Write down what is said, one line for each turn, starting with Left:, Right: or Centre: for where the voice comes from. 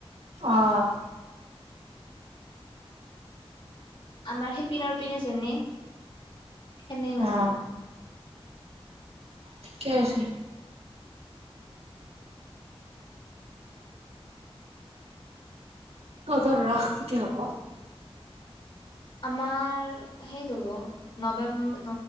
Right: আহ
Left: আমাৰ সেই পিনৰ পিনে যেনে এনেই মানে
Right: অ', ঠিকে আছিলো। তজৰ ৰাসটোতি হব
Left: আমাৰ সেই হব নৱেম্ব